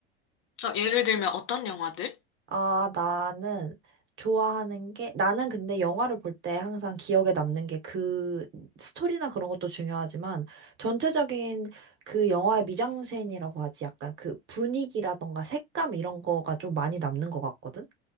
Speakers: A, on the left; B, on the right.
A: 나 예를 들면 어떤 영화들?
B: 아, 나는 좋아하는 게, 나는 근데 영화를 볼 때 항상 기억에 남는 게 그 스토리나 그런 것도 중요하지만 전체적인 그 영화의 미장센이라고 하지 약간 그 분위기라던가 색감 이런 거가 좀 많이 남는 것 같거든?